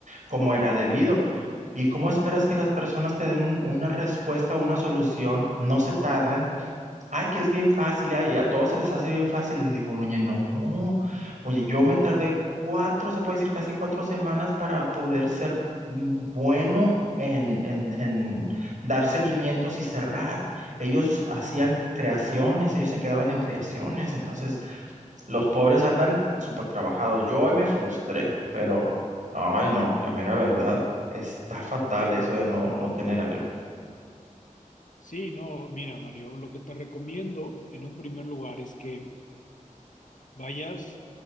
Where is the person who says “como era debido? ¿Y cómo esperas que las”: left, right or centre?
Right